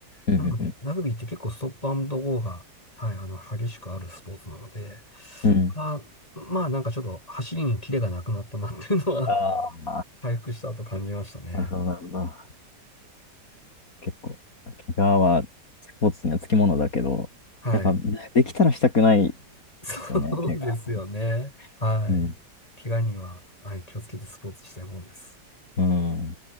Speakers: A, on the left (about 50°); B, on the left (about 20°).
A: うんうん
B: なので、ラグビーって結構ストップアンドゴーが、はい、あの、激しくあるスポーツなので、
A: うん。うん。
B: あ、まあ、なんかちょっと走りにキレがなくなったなっていうのは、
A: あ
B: <laughs> 回復した後感じましたね。
A: あ、なるほど、なるほど。結構、怪我はスポーツにはつきものだけど、
B: はい。
A: やっぱできたらしたくないで
B: そうですよね。
A: すよね、怪我。
B: はい。
A: うん。
B: 怪我には、はい、気をつけてスポーツしたいもんです。
A: うん。